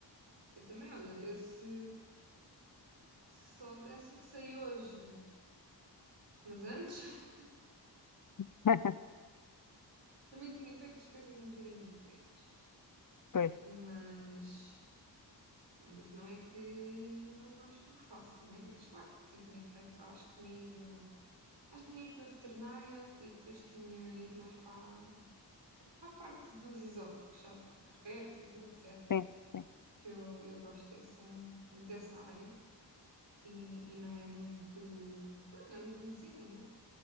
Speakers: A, on the right; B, on the left.
A: Eu também, olha, eu se, se soubesse o que sei hoje, mas antes <laughs>
B: <laughs>
A: também tinha feito as coisas um bocadinho diferentes.
B: Pois.
A: Mas, mas não é que não gosto do que faço, né? Mas claro que tinha feito, acho que tinha ido, acho que tinha ido para a veterinária e depois tinha ido mais para para a parte dos exóticos, sabes? Tipo os répteis e etc.
B: Sim, sim.
A: Que eu, eu gosto dessa, dessa área e, e não é muito. Pronto, não é muito conhecida, né?